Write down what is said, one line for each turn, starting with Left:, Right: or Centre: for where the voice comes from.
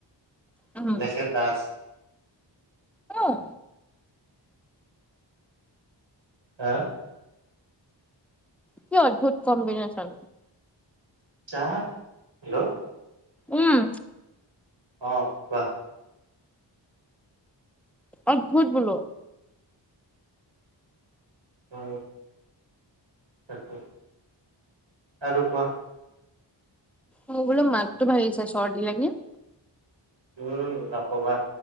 Centre: উম,
Right: লেখে দাস।
Centre: উম,
Right: হা?
Centre: কি অদ্ভুত কমবিনেচন।
Right: চাৰ হেল্ল',
Centre: উম,
Right: অ', কোৱা
Centre: অদ্ভুত বোলো।
Right: এ, সেইটো, আৰু কোৱা।
Centre: মোৰ বোলো মাতটো ভাগিছে চৰ্দি লগীত লাগি।
Right: উম, নকবা